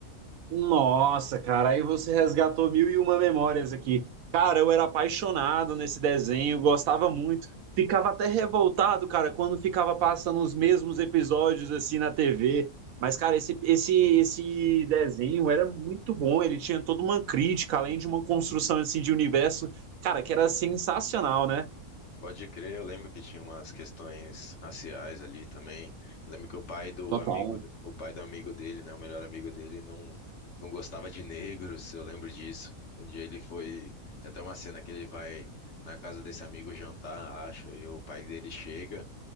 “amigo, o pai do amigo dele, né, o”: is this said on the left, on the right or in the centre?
Left